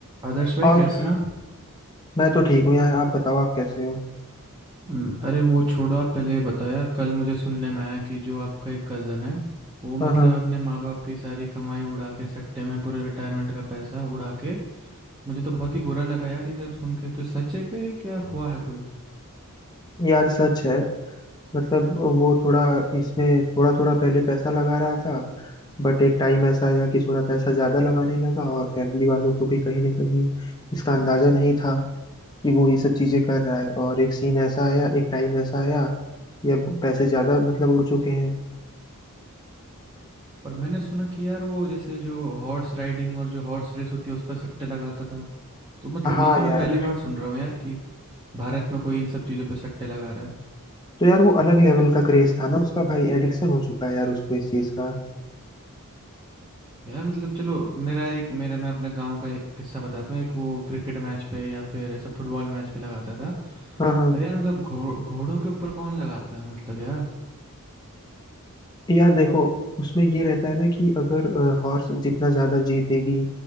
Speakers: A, on the right; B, on the left.
A: आदर्श भाई
B: और
A: कैसे हैं आप
B: मैं तो ठीक हूँ यार आप बताओ आप कैसे हो
A: हम्म, अरे वो छोड़ो आप पहले ये बताओ यार कल मुझे सुनने में आया कि जो आपका एक कज़न है वो
B: हाँ
A: मतलब
B: हाँ
A: अपने माँ बाप की सारी कमाई उड़ा के सट्टे में पूरे रिटायरमेंट का पैसा उड़ा के मुझे तो बहुत ही बुरा लगा यार ये सब सुन के तो सच है कि क्या हुआ है कोई
B: यार सच है मतलब वो थोड़ा इसमें थोड़ा थोड़ा पहले पैसा लगा रहा था बट एक टाइम ऐसा आया कि थोड़ा पैसा ज्यादा लगाने लगा और फैमिली वालों को भी कहीं ना कहीं इसका अंदाजा नहीं था कि वो ये सब चीजें कर रहा है और एक सीन ऐसा आया एक टाइम ऐसा आया कि अब पैसे ज्यादा मतलब उड़ चुके हैं
A: और मैंने सुना कि यार वो जैसे जो हॉर्स राइडिंग और जो हॉर्स रेस होती है उस पर सट्टे लगाता था तो मतलब
B: हाँ
A: ये तो मैं
B: यार
A: पहली बार सुन रहा हूँ यार कि भारत में कोई इन सब चीज़ों पर सट्टे लगा रहा है
B: तो यार वो अलग लेवल का क्रेज था ना उसका भाई एडिक्शन हो चुका है यार उसको इस चीज का
A: यार मतलब चलो मेरा एक मेरा मैं अपने गांव का एक किस्सा बताता हूँ एक वो क्रिकेट मैच पे या फिर ऐसा फुटबॉल मैच पे लगाता था
B: हाँ हाँ
A: पर यार मतलब घोड़ घोड़ों के ऊपर कौन लगाता है मतलब यार
B: यार देखो उसमें ये रहता है ना कि अगर हॉर्स जितना ज्यादा जीतेगी